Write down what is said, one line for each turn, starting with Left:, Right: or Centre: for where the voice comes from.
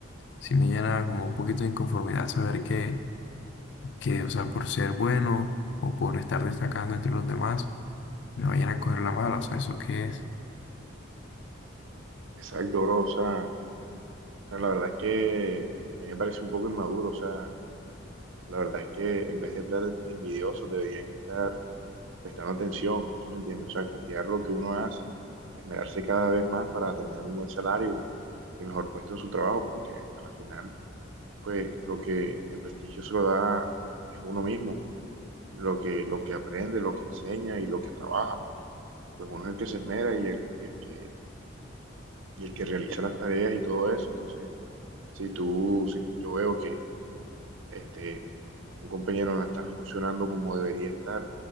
Left: sí me llena como un poquito de inconformidad saber que, que, o sea, por ser bueno o por estar destacando entre los demás, me vayan a coger la mala, o sea, ¿eso qué es?
Right: Exacto, bro, o sea, o sea, la verdad es que a mí me parece un poco inmaduro, o sea, la verdad es que en vez de estar de envidiosos deberían estar prestando atención, ¿sí me entiendes? O sea, copiar lo que uno hace, esmerarse cada vez más para tener un buen salario y mejor puesto en su trabajo, porque a la final, pues, lo que el prestigio se lo da es uno mismo. lo que, lo que aprende, lo que enseña y lo que trabaja. Pues uno es el que se esmera y el, el que, y el que realiza las tareas y todo eso. Entonces, si tú, si yo veo que este, un compañero no está funcionando como debería estar,